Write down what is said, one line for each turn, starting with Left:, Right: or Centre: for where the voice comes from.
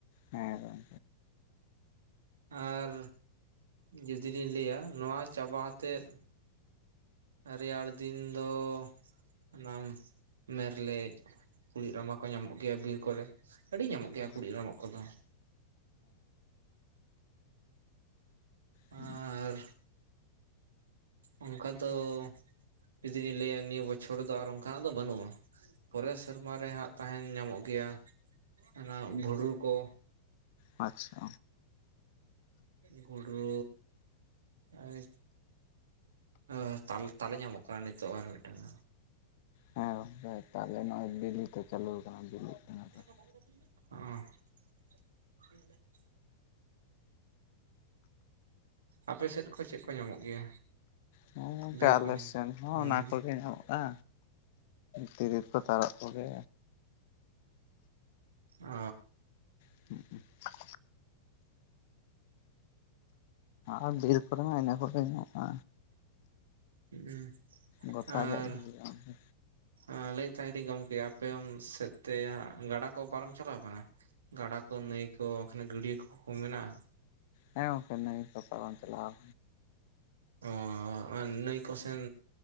Left: ᱦᱮᱸ
Right: ᱟᱨ ᱡᱩ ᱡᱩᱫᱤᱧ ᱞᱟᱹᱭᱟ ᱱᱚᱣᱟ ᱪᱟᱵᱟ ᱟᱛᱮᱫ, ᱨᱮᱭᱟᱲ ᱫᱤᱱ ᱫᱚ ᱚᱱᱟᱢ ᱢᱮᱨᱞᱮᱡ, ᱠᱩᱲᱤᱫ ᱨᱟᱢᱟ ᱠᱚ ᱧᱟᱢᱚᱜ ᱜᱮᱭᱟ ᱵᱤᱨ ᱠᱚᱨᱮ ᱟᱹᱰᱤ ᱧᱟᱢᱚᱜ ᱜᱮᱭᱟ
Left: ᱟᱪᱪᱷᱟ
Right: ᱠᱩᱲᱤᱫ ᱨᱟᱢᱟ ᱠᱚᱫᱚ᱾
Left: ᱦᱩᱸ
Right: ᱟᱨ ᱚᱱᱠᱟ ᱫᱚ ᱡᱩᱫᱤ ᱞᱤᱧ ᱞᱟᱹᱭᱟ ᱱᱤᱭᱟᱹ ᱵᱚᱪᱷᱚᱨ ᱫᱚ ᱟᱨ ᱚᱱᱠᱟᱱᱟᱜ ᱫᱚ ᱵᱟᱱᱩᱜ-ᱟ᱾ ᱯᱚᱨᱮᱨ ᱥᱮᱨᱢᱟ ᱨᱮ ᱦᱟᱜ ᱛᱟᱦᱮᱱ ᱧᱟᱢᱚᱜ ᱜᱮᱭᱟ ᱚᱱᱟ ᱵᱷᱩᱰᱨᱩ ᱠᱚ᱾
Left: ᱟᱪᱪᱷᱟ
Right: ᱜᱩᱰᱨᱩ ᱮᱭ ᱟᱨ ᱛᱟᱞ ᱛᱟᱞᱮ ᱧᱟᱢᱚᱜ ᱠᱟᱱᱟ ᱱᱤᱛᱚᱜ ᱟᱨ ᱢᱤᱫᱴᱟᱝ
Left: ᱦᱮᱸ ᱜᱚᱝᱠᱮ ᱛᱟᱦᱞᱮ ᱱᱚᱜ-ᱚᱭ ᱵᱤᱞᱤ ᱠᱚ ᱪᱟᱹᱞᱩ ᱟᱠᱟᱱᱟ ᱵᱤᱞᱤᱜ ᱠᱟᱱᱟ ᱛᱟᱞᱮ᱾
Right: <unintelligible> ᱚᱻ ᱟᱯᱮ ᱥᱮᱫ ᱠᱚ ᱪᱮᱫ ᱠᱚ ᱧᱟᱢᱚᱜ ᱜᱮᱭᱟ?
Left: ᱦᱮ ᱜᱚᱝᱠᱮ
Right: ᱵᱤᱨ
Left: ᱟᱞᱮ
Right: ᱠᱷᱚᱱ
Left: ᱥᱮᱱ ᱦᱚᱸ
Right: ᱦᱩᱸ
Left: ᱚᱱᱟ ᱠᱚᱜᱮ ᱧᱟᱢᱚᱜ-ᱟ᱾ ᱛᱤᱨᱤᱞ ᱠᱚ ᱛᱟᱨᱚᱯ ᱠᱚᱜᱮ
Right: ᱚᱻ
Left: <unintelligible> ᱟᱨ ᱵᱤᱨ ᱠᱚᱨᱮ ᱦᱚ ᱤᱱᱟᱹ ᱠᱚᱜᱮ ᱧᱟᱢᱚᱜ-ᱟ᱾
Right: ᱦᱩᱸ
Left: ᱜᱚᱴᱟ
Right: ᱟᱨ
Left: ᱜᱮ ᱵᱤᱨ ᱜᱚᱝᱠᱮ᱾
Right: ᱟᱨ ᱞᱟᱹᱭᱮᱫ ᱛᱟᱦᱮᱜ ᱫᱟᱹᱧ ᱜᱚᱝᱠᱮ ᱟᱯᱮ ᱚᱱ ᱥᱮᱫ ᱛᱮ ᱜᱟᱰᱟ ᱠᱚ ᱯᱟᱨᱚᱢ ᱪᱟᱞᱟᱣ ᱟᱠᱟᱱᱟ? ᱜᱟᱰᱟ ᱠᱚ ᱱᱟᱹᱭ ᱠᱚ ᱵᱟᱠᱷᱟᱱ ᱜᱟᱹᱰᱭᱟᱹ ᱠᱚ ᱢᱮᱱᱟᱜ-ᱟ?
Left: ᱦᱮᱸ ᱜᱚᱝᱠᱮ ᱱᱟᱹᱭ ᱠᱚ ᱯᱟᱨᱚᱢ ᱪᱟᱞᱟᱣ
Right: ᱚ ᱚᱱᱟ ᱱᱟᱹᱭ ᱠᱚᱥᱮᱱ